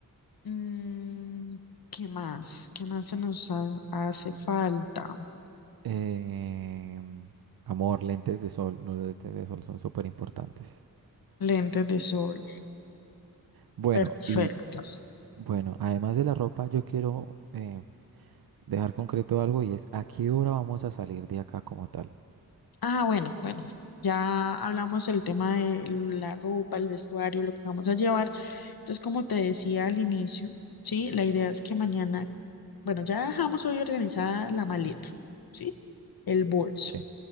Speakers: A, on the left (about 85°); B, on the right (about 80°).
A: mm, ¿qué más? ¿Qué más se nos ha- hace falta?
B: Em, amor, lentes de sol. Los lentes de sol son súper importantes.
A: Lentes de sol.
B: Bueno,
A: Perfecto.
B: y bueno, además de la ropa, yo quiero eh, dejar concreto algo y es a qué hora vamos a salir de acá como tal.
A: Ah, bueno, bueno, ya hablamos del tema de la ropa, el vestuario, lo que vamos a llevar. Entonces, como te decía al inicio, sí, la idea es que mañana, bueno, ya dejamos hoy organizada la maleta, sí, el bolso.
B: Sí,